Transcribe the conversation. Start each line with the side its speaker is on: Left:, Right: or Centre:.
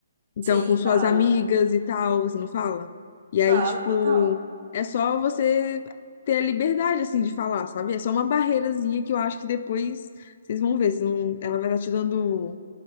Left: Então,
Right: Sim,
Left: com suas
Right: falo.
Left: amigas e tal, você não fala? E aí,
Right: Falo,
Left: tipo,
Right: total.
Left: é só você ter a liberdade, assim, de falar, sabe? É só uma barreirazinha que eu acho que depois vocês vão ver. vocês vão- Ela vai estar te dando